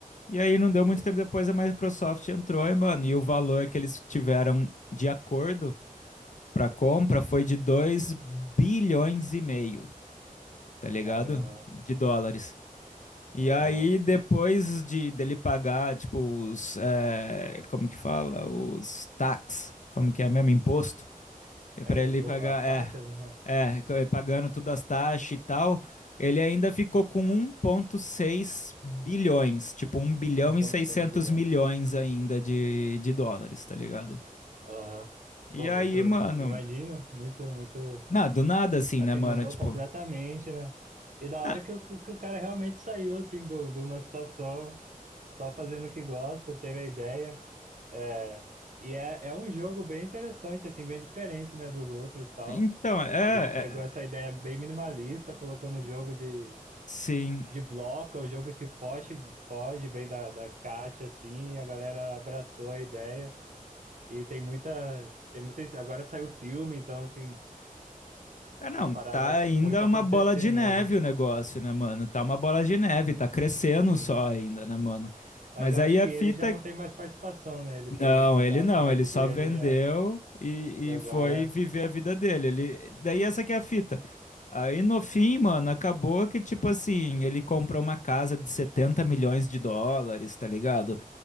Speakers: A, on the left; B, on the right.
A: E aí não deu muito
B: Sim,
A: tempo depois a Microsoft entrou e, mano, e o valor que eles tiveram de acordo pra compra foi de 2 bilhões e meio, tá ligado?
B: caramba, né?
A: De dólares. E
B: Aham.
A: aí, depois de dele pagar, tipo, os. eh, como que fala? Os tax. Como que é mesmo? Imposto. É pra
B: É, os
A: ele
B: impo-
A: pagar.
B: as taxas,
A: É.
B: né?
A: É, co- eh, pagando todas as taxas e tal. Ele ainda ficou com 1,6 bilhões. Tipo, um bilhão
B: Um 1,6
A: e seiscentos
B: bilhão.
A: milhões ainda de, de dólares, tá ligado?
B: Aham.
A: E
B: Pô,
A: aí,
B: muito.
A: mano.
B: Imagina, muito, muito.
A: Não, do nada assim,
B: Assim,
A: né, mano?
B: mudou
A: Tipo.
B: completamente, né? E da
A: ah,
B: hora que o, que o cara realmente saiu, assim, do, de uma situação, só fazendo o que gosta, teve a ideia. É, E é, é um jogo bem interessante, assim, bem diferente, né, dos outros e tal.
A: então, é.
B: Ele pegou essa
A: é
B: ideia bem minimalista, colocou no jogo de,
A: sim.
B: de bloco, é o jogo que foge, foge bem da, da caixa, assim, e a galera abraçou a ideia. E tem muita, tem muita. Agora saiu o filme, então, assim,
A: É não,
B: a parada
A: tá ainda
B: foi pra
A: uma
B: acontecer
A: bola de
B: mesmo.
A: neve o negócio, né, mano? Tá uma bola de neve, tá crescendo
B: Sim.
A: só ainda, né, mano?
B: Mas
A: Mas
B: eu
A: aí
B: acho
A: a
B: que ele
A: fita.
B: já não tem mais participação, né? Ele pegou
A: Não,
B: só a
A: ele não,
B: parte
A: ele só
B: dele
A: vendeu
B: é,
A: e,
B: e agora.
A: e foi viver a vida dele. Ele... Daí essa que é a fita. Aí no fim, mano, acabou que, tipo assim, ele comprou uma casa de 70 milhões de dólares, tá ligado?